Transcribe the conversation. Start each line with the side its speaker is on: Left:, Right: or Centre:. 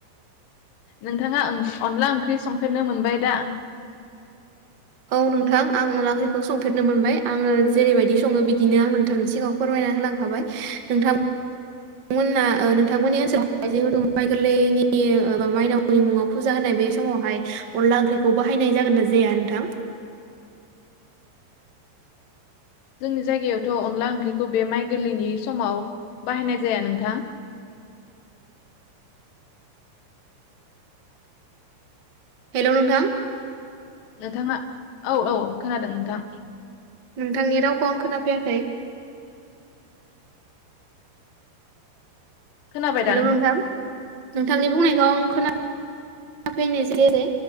Left: नोंथाङा अनला ओंख्रि संफेरनो मोनबाय दा
Right: औ नोंथां आं अनला ओंख्रिखौ संफेरनो मोनबाय आङो जेरैबायदि सङो बिदिनो आं नोंथांनि सिगाङाव फोरमायना होलांखाबाय नोंथां नोंथांमोना ओ नोंथांमोननि ओनसोलावहाय जिहेतु माइ गोरलैनि माइनावनि मुङाव फुजा होनाय बे समावहाय अनला ओंख्रिखौ बाहायनाय जागोन ना जाया नोंथां?
Left: जोंनि जायगायावथ' अनला ओंख्रिखौ बे माइ गोरलैनि समाव बाहायनाय जाया नोंथां।
Right: हेल' नोंथां
Left: नोंथाङा औ औ खोनादों नोंथां
Right: नोंथांनि रावखौ आं खोनाफैयाखै
Left: खोनाबाय दा
Right: हेलौ नोंथां नोंथांनि बुंनायखौ खोना फैनाय जैयासै